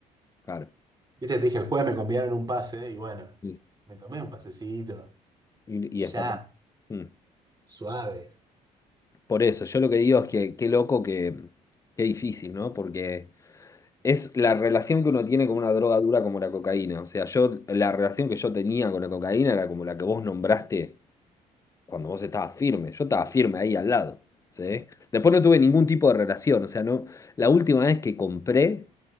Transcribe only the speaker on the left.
Claro.
Sí.
Y,
y está. bien. Mm.
Por eso, yo lo que digo es que qué loco que, qué difícil, ¿no? Porque es la relación que uno tiene con una droga dura como la cocaína. O sea, yo, la relación que yo tenía con la cocaína era como la que vos nombraste cuando vos estabas firme. Yo estaba firme ahí al lado, ¿sí? Después no tuve ningún tipo de relación, o sea, no, la última vez que compré,